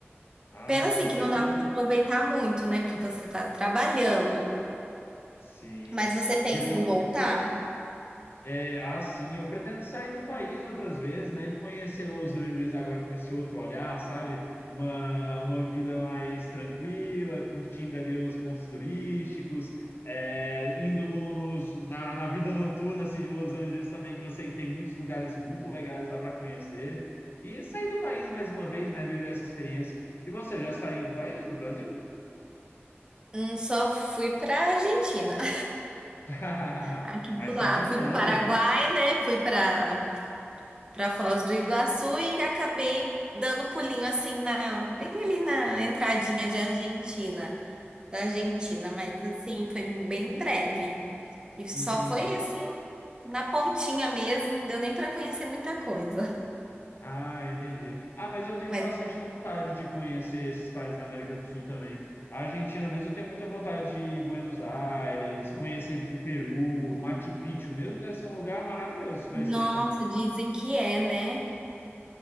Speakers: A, on the left; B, on the right.
A: Ah,
B: Pena assim
A: com certeza.
B: que não dá para aproveitar muito, né? Porque você está trabalhando.
A: Sim.
B: Mas você pensa
A: Virou,
B: em voltar?
A: É, assim, eu pretendo sair do país outras vezes, né? E conhecer Los Angeles agora com esse outro olhar, sabe? Uma, uma vida mais tranquila, curtindo ali os pontos turísticos, é, indo no- nos, na, na vida noturna assim, de Los Angeles também, que eu sei que tem muitos lugares muito legais lá para conhecer. E sair do país mais uma vez, né? Viver essa experiência. E você já saiu do país, do Brasil?
B: Hum, só fui pra Argentina, <laughs>
A: <laughs>
B: aqui do
A: Mas
B: lado.
A: está contando,
B: Fui pro Paraguai, né? Fui pra, pra Foz do Iguaçu e acabei dando pulinho assim na, bem ali na entradinha de Argentina, da Argentina, mas assim, foi bem breve. E só
A: eu entendi.
B: foi assim na pontinha mesmo, não deu nem pra conhecer muita coisa.
A: Ah, entendi. Ah, mas eu tenho
B: Mas
A: bastante vontade de conhecer esses países da América do Sul também. A Argentina mesmo, eu tenho muita vontade de ir Buenos Aires, conhecer o Peru, Machu Picchu mesmo, deve ser um lugar maravilhoso se conhecer,
B: nossa,
A: né?
B: dizem que é, né?